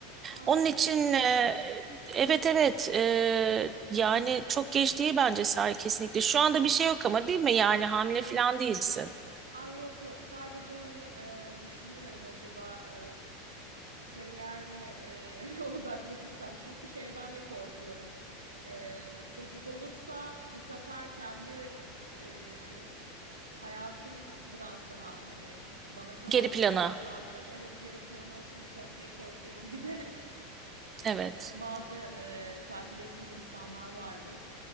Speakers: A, on the right; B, on the right.
A: Aa,
B: Onun için e, evet evet e, yani çok geç değil bence Sare kesinlikle. Şu anda bir şey yok ama değil mi? Yani hamile falan değilsin.
A: ay yok yok sadece hani e, düşünüyorum acaba e, kariyer mi e, <laughs> odaklı gitsem çünkü şeyden de korkuyorum. E, çocuk olursa bu sefer kendi e, hayatım biraz daha hani bana kalan
B: Geri plana.
A: vakit azalacak. Evet geri plana atılacak diye korkuyorum bir de <laughs>
B: Evet.
A: bazı e, takip ettiğim insanlar vardı.